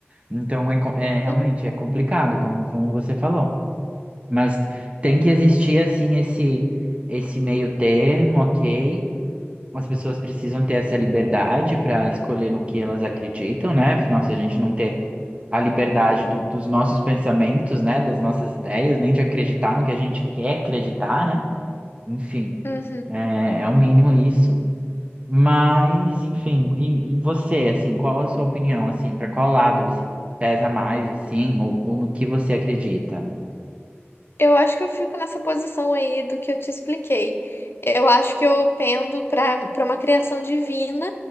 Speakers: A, on the right; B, on the left.
A: Então, é, co- é realmente
B: Uhum,
A: é complicado, como, como você falou. Mas tem que existir assim esse esse meio termo, ok? As pessoas precisam ter essa liberdade para escolher no que elas acreditam, né? Afinal, se a gente não ter a liberdade do- dos nossos pensamentos, né? Das nossas ideias, nem de acreditar no que a gente quer acreditar, né? Enfim,
B: uhum.
A: é, é o mínimo isso. Mas, enfim, e, e você, assim, qual a sua opinião, assim, para qual lado você pesa mais, assim, ou, ou no que você acredita?
B: Eu acho que eu fico nessa posição aí do que eu te expliquei. Eu acho que eu pendo para para uma criação divina,